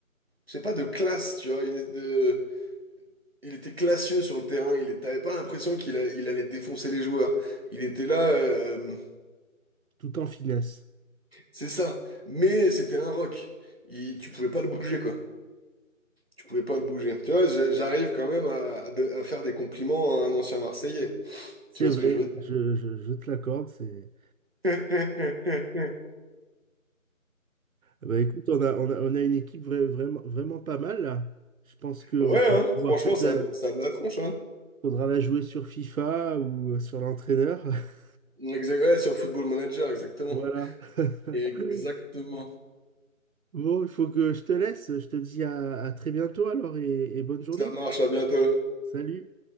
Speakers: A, on the right (about 45°); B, on the right (about 80°).
A: je sais pas, de classe, tu vois, une, de, Il était classieux sur le terrain, il t'avais pas l'impression qu'il a- il allait défoncer les joueurs. Il était là, euh,
B: tout en finesse.
A: c'est ça. Mais c'était un rock. Il- tu pouvais pas le bouger, quoi. Tu pouvais pas le bouger. Tu vois, j'- j'arrive quand même à, à de- à faire des compliments à un ancien Marseillais.
B: C'est
A: Tu vois
B: vrai,
A: ce que je veux dire?
B: je, je, je te l'accorde. C'est...
A: <laughs>
B: ah Bah, écoute, on a, on a, on a une équipe vra- vraiment, vraiment pas mal là. Je pense qu'on
A: Ouais, hein,
B: va
A: franchement,
B: peut-être
A: ça,
B: la...
A: a- ça a de la tronche, hein.
B: faudra la jouer sur FIFA ou euh, sur l'entraîneur. <laughs>
A: Exact- ouais, sur Football Manager, exactement.
B: Voilà. <laughs>
A: Exactement.
B: Bon, il faut que je te laisse. Je te dis à, à très bientôt alors et et bonne journée.
A: Ça marche, à bientôt.
B: Salut!